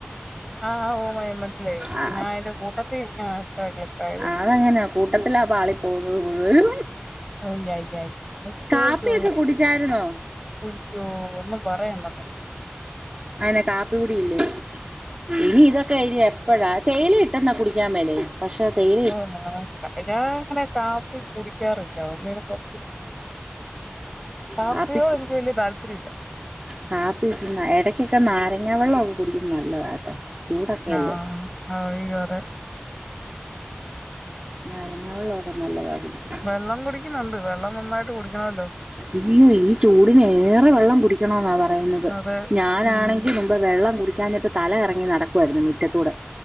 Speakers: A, in the centre; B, on the right.
A: ആഹ് ഓ മൈ മനസ്സിലായി
B: ആ
A: ഞാൻ അയിന്റെ കൂട്ടത്തി ഇപ്പെയാ ക്ലിക്കായത്
B: അത് അങ്ങനാ കൂട്ടത്തിലാ പാളി പോകുന്നത് മുഴുവനും
A: <unintelligible> അയ്യോ
B: കാപ്പിയൊക്കെ
A: അയ്യോ
B: കുടിച്ചായിരുന്നോ
A: ഒയ്യോ ഒന്നും പറയണ്ടെന്നാ
B: അയെന്നാ കാപ്പി കുടിയില്ലേ? ഇനി ഇതൊക്കെ ഇനി എപ്പഴാ തേയില ഇട്ട് എന്ന കുടിക്കാം മേലേ? പക്ഷെ തേയി
A: <unintelligible> ഞാനങ്ങനെ കാപ്പി കുടിക്കാറില്ല ഒന്നിനും കാപ്പി കാപ്പിയോടെനിക്ക്
B: കാപ്പിക്ക്
A: വല്ല്യ താല്പര്യല്ല
B: കാപ്പി കുടിക്കുന്ന എടയ്ക്കൊക്കെ നാരങ്ങ വെള്ളവൊക്കെ കുടിക്കുന്നത് നല്ലതാട്ടോ ചൂടൊക്കെയല്ലേ
A: ങ്ങാഹ് അയ്യോ അതെ
B: നാരങ്ങ വെള്ളവൊക്കെ നല്ലതാ കുടിക്കാൻ
A: വെള്ളം കുടിക്കുന്നുണ്ട് വെള്ളം നന്നായിട്ട് കുടിക്കണവല്ലോ?
B: ഇയ്യോ ഈ ചൂടിനേറെ വെള്ളം കുടിക്കണോന്നാ പറയുന്നത്
A: അതെ
B: ഞാനാണെങ്കി
A: ഉം
B: ഇപ്പം വെള്ളം കുടിക്കാഞ്ഞിട്ട് തലകറങ്ങി നടക്കുവായിരുന്നു മിറ്റത്തൂടെ